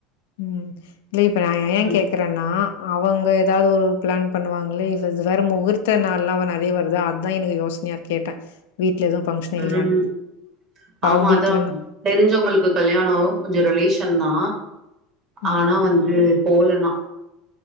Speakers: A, on the left; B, on the right.
A: உம் இல்ல இப்ப நா ஏ
B: ம்,
A: கேக் இருக்கறன்னா அவங்க ஏதாவது ஒரு பிளான் பண்ணுவாங்களே இ இது வேற முகூர்த்த நாள்லா நறைய வருதா அத்தா எனக்கு யோசனையா இருக்கு கேட்டே வீட்ல எதுவு பங்க்ஷன்
B: ம்.
A: இல்லையான்னு இப்ப
B: ஆமா
A: அவன் வீட்லல்லா
B: அதான். தெரிஞ்சவங்களுக்கு கல்யாணம் கொஞ்சோ ரிலேஷன் தா
A: ம்
B: ஆனா வந்து போலன்னா